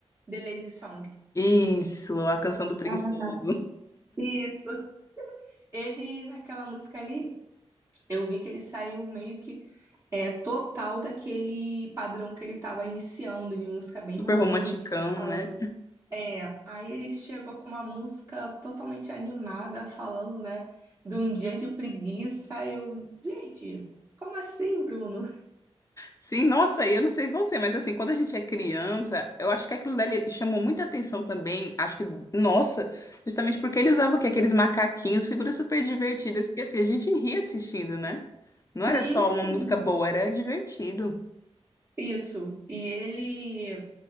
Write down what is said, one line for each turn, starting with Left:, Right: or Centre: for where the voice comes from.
Right: The Lazy Song.
Left: Isso, a canção do preguiçoso.
Right: Ah, Isso. Ele, naquela música ali, eu vi que ele saiu meio que é, total daquele padrão que ele estava iniciando, de música bem
Left: Super
Right: romântica,
Left: romanticão,
Right: falando.
Left: né?
Right: É, aí ele chegou com uma música totalmente animada, falando, né, de um dia de preguiça. E eu, gente, como assim, Bruno?
Left: Sim, nossa, e eu não sei você, mas assim, quando a gente é criança, eu acho que aquilo dali chamou muita atenção também, acho que, nossa, justamente porque ele usava o quê? Aqueles macaquinhos, figuras super divertidas, que assim, a gente ria assistindo, né? Não era
Right: Sim,
Left: só
Right: sim.
Left: uma música boa, era divertido.
Right: Isso. E ele